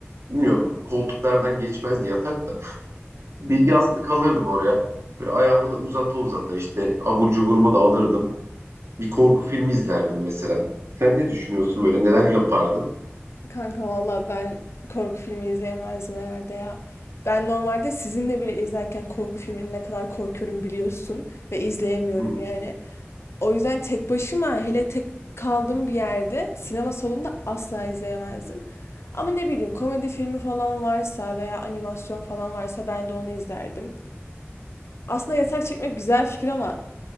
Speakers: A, on the right (about 85°); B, on the left (about 75°).
A: bilmiyorum koltuklardan geçmezdi yatak da. Bir yastık alırdım oraya. Böyle ayağımı da uzata uzata işte abur cuburumu da alırdım. Bir korku filmi izlerdim mesela. Sen ne düşünüyorsun böyle neler yapardın?
B: Kanka valla ben korku filmi izleyemezdim herhalde ya. Ben normalde sizinle bile izlerken korku filmini ne kadar korkuyorum biliyorsun ve izleyemiyorum
A: Hı
B: yani. O yüzden tek başıma hele tek kaldığım bir yerde sinema salonunda asla izleyemezdim. Ama ne bileyim komedi filmi falan varsa veya animasyon falan varsa ben de onu izlerdim. Aslında yatak çekmek güzel fikir ama